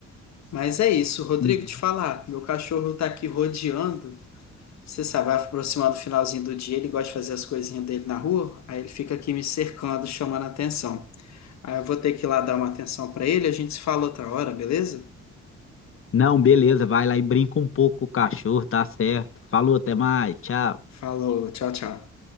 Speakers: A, on the left (about 65°); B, on the left (about 45°).
A: Mas é isso, Rodrigo,
B: Uhum.
A: te falar, meu cachorro tá aqui rodeando. Você sabe, vai aproximando o finalzinho do dia, ele gosta de fazer as coisinhas dele na rua, aí ele fica aqui me cercando, chamando a atenção. Aí eu vou ter que ir lá dar uma atenção pra ele, a gente se fala outra hora, beleza?
B: Não, beleza, vai lá e brinca um pouco com o cachorro, tá certo. Falou, até mais, tchau.
A: Falou, tchau, tchau.